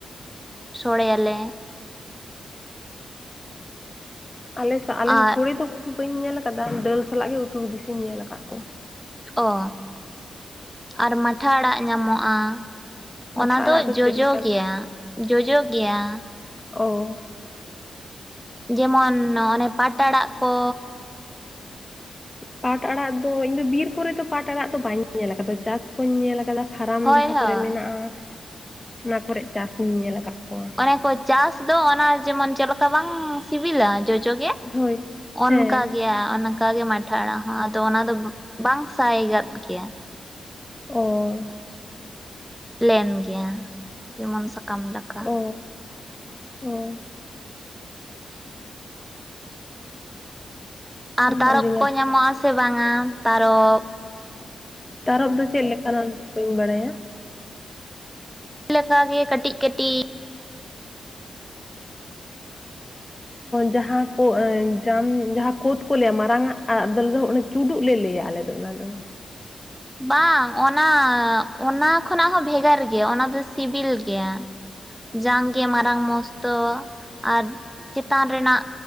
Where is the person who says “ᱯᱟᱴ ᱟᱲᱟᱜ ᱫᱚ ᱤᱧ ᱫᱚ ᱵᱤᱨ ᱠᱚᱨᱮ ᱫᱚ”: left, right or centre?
Left